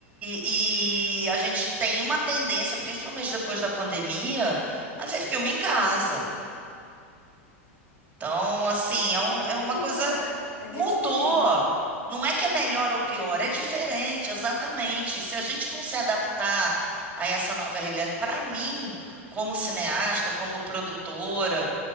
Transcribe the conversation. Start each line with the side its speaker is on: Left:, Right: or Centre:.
Right: e- e a gente tem uma tendência, principalmente depois da pandemia, a ver filme em casa. Então, assim, é, um-
Left: É que
Right: é
Left: mudou,
Right: uma coisa.
Left: né? É,
Right: Mudou.
Left: é diferente.
Right: Não é que é melhor ou pior, é diferente, exatamente. Se a gente não se adaptar a essa nova realidade, para mim, como cineasta, como produtora,